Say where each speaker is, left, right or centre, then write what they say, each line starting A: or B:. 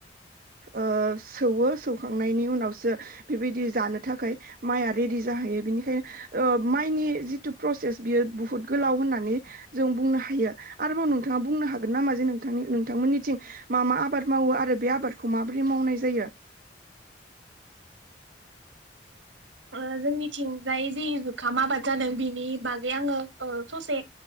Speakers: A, on the right; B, on the right.
A: ओ सौवो सौ खांनायनि उनावसो बेबायदि जानो थाखाय माइआ रेडि जाहैयो बेनिखायनो ओ माइनि जिथु प्रसेस बियो बुहुत गोलाव होननानै जों बुंनो हायो आरोबाव नोंथाङा बुंनो हागोन नामा जे नोंथांनि नोंथांमोननिथिं मा मा आबाद मावो आरो बे आबाद खौ माबोरै मावनाय जायो।
B: ओ जोंनिथिंजाय जि जुखाम आबाद जादों बिनि बागै आङो ओ ससे